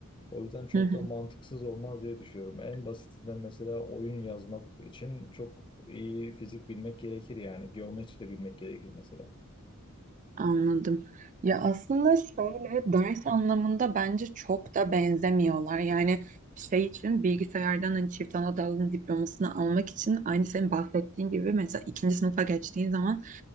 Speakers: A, on the left (about 25°); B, on the right (about 35°).
A: O yüzden çok
B: hı hı.
A: da mantıksız olmaz diye düşünüyorum. En basitinden mesela oyun yazmak için çok iyi fizik bilmek gerekir yani. Geometri de bilmek gerekir mesela.
B: Anladım. Ya aslında şöyle ders anlamında bence çok da benzemiyorlar. Yani şey için bilgisayardan hani çift ana dalın diplomasını almak için aynı senin bahsettiğin gibi mesela ikinci sınıfa geçtiğin zaman